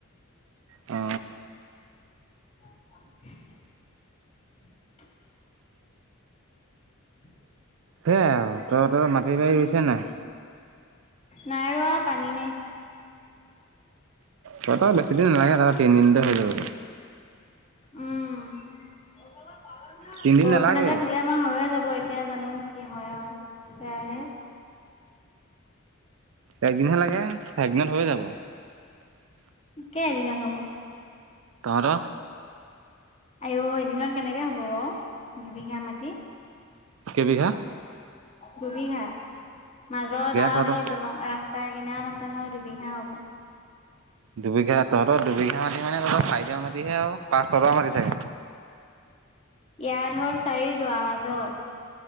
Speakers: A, on the right; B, on the left.
A: অ।
B: <inaudible> <inaudible>
A: সেয়াই আৰু তহঁতৰ মাটি বাৰী ৰুইছে নাই।
B: নাই ৰোৱা পানী নাই।
A: ততৰ বেছি দিন নালাগে ত তিন দিনতে হৈ যাব।
B: উম।
A: তিনিদিন
B: বৰষুণে
A: নালাগেই
B: এজাক ধুলে আমাৰ হৈয়ে যাব। এতিয়া জানো কি হয় আৰু সেয়াহে।
A: একদিনহে লাগে একদিনত হৈ যাব।
B: কেইদিনত হব।
A: তহঁতৰ।
B: আইও এদিনত কেনেকে হ'ব বাৰু দুবিঘা মাটি
A: কেই বিঘা
B: দুবিঘা মাজত আৰু
A: তহঁতৰ
B: সেই দলং ৰাস্তা কিনাৰত আছে নহয় দু। বিঘা হব
A: দুবিঘা তহঁতৰ দুবিঘা মাটি মানে তহতৰ চাৰি দৰা মাটি হে আৰু পাঁচ টকা পাবি চাগে
B: ইয়াত হল চাৰি দৱা মাজত